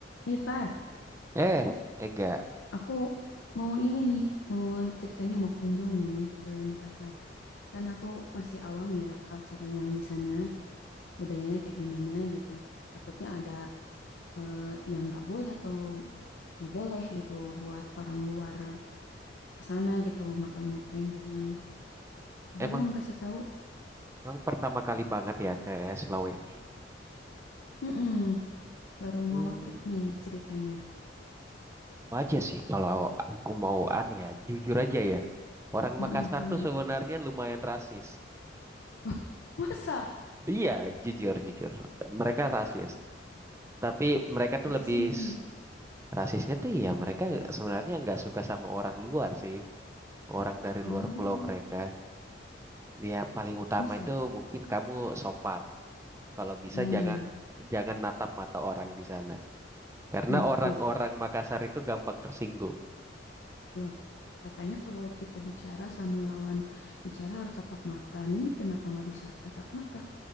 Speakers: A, on the left (about 75°); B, on the right (about 15°).
A: Eh, Par,
B: Eh, Ega,
A: aku mau ini nih, mau ceritanya mau kunjung nih ke Makassar. Kan aku masih awam ya culture yang di sana, budayanya kayak gimana gitu. Takutnya ada eh, yang nggak boleh atau nggak boleh gitu buat orang luar ke sana gitu ngapain-ngapainnya. Coba
B: emang
A: dong kasih tahu.
B: emang pertama kali banget ya ke Sulawesi.
A: Mm-mm, baru
B: Hmm,
A: mau trip nih ceritanya.
B: wajar sih kalau aku mau an ya, jujur aja ya. Orang
A: Mm-mm,
B: Makassar
A: gimana?
B: tuh sebenarnya lumayan rasis.
A: <laughs> Puasa?
B: Iya, jujur jujur. Mereka rasis, tapi mereka tuh
A: Rasisnya
B: lebih
A: gimana?
B: s- rasisnya tuh ya mereka sebenarnya nggak suka sama orang luar sih, orang dari
A: Oh,
B: luar pulau mereka. Ya paling utama
A: bisa.
B: itu mungkin kamu sopan. Kalau bisa
A: Hmm.
B: jangan jangan natap mata orang di sana. Karena
A: Hmm,
B: orang-orang
A: loh.
B: Makassar itu gampang tersinggung.
A: Loh, katanya kalau kita bicara sama lawan bicara harus tatap mata nih, kenapa nggak bisa tatap mata?